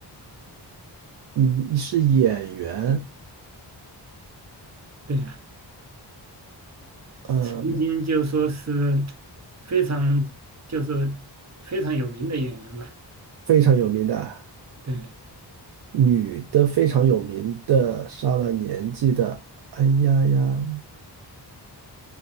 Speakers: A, on the right; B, on the right.
A: 嗯，是演员。
B: <clears throat> 对啊，
A: 呃，
B: 曾经就说是非常，就是非常有名的演员吧。
A: 非常有名的
B: 对
A: 女的，非常有名的上了年纪的。哎呀呀，